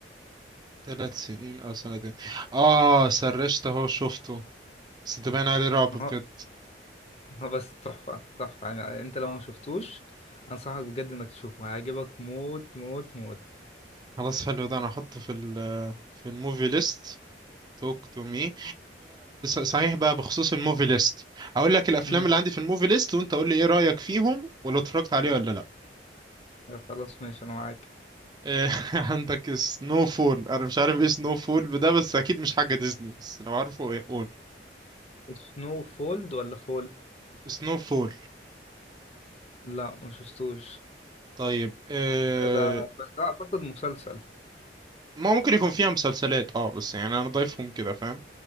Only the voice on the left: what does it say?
هو هو بس تحفه تحفه يعني انت لو ما شفتوش انصحك بجد انك تشوفه هيعجبك موت موت موت
مم.
خلاص ماشي انا معاك
سنو فولد ولا فول
لا ما شفتوش
ده بس ده اعتقد مسلسل